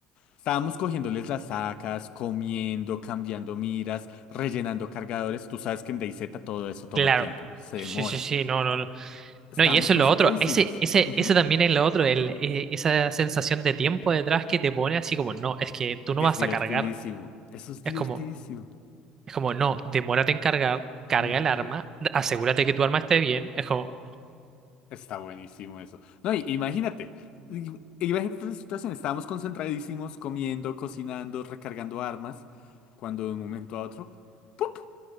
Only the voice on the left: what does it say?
Estábamos cogiéndoles las sacas, comiendo, cambiando miras, rellenando cargadores. Tú sabes que en DayZ todo eso toma
tiempo, se
demora.
Estábamos
concentradísimos.
Ujú.
Es
divertidísimo.
Eso es
divertidísimo.
Ujú.
Está buenísimo eso. No, y- imagínate, i- imagínate la situación, estábamos concentradísimos comiendo, cocinando, recargando armas, cuando de un momento a otro, ¡pup!